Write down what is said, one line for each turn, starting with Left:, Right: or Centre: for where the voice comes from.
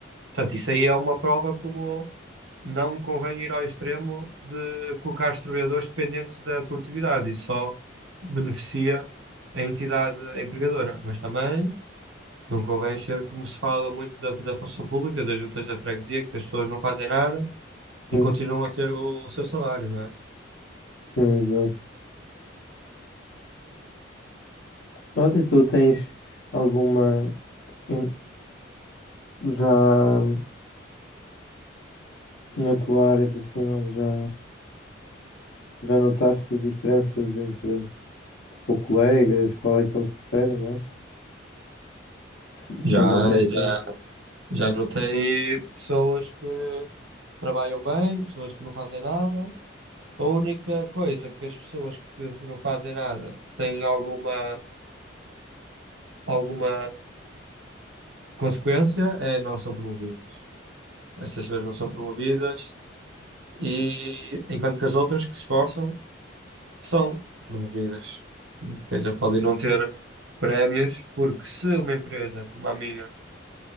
Right: Portanto, isso aí é uma prova como não convém ir ao extremo de colocar os trabalhadores dependentes da produtividade. Isso só beneficia a entidade empregadora, mas também não convém ser como se fala muito da, da função pública, das juntas da freguesia, que as pessoas não fazem nada e
Left: Sim,
Right: continuam a ter o, o seu salário, não é?
Left: sim, exato. Pronto, e tu tens alguma, em- já na tua área profissional, já, já notaste diferenças entre tipo, colegas, qual é que eles preferem mais? Se, se
Right: Já,
Left: algum tem experiência.
Right: já, já notei pessoas que trabalham bem, pessoas que não fazem nada. A única coisa que as pessoas que não fazem nada têm alguma, alguma consequência é não são promovidas. Essas pessoas não são promovidas e enquanto que as outras que se esforçam são promovidas. Ou seja, podem não ter prémios, porque se uma empresa como a minha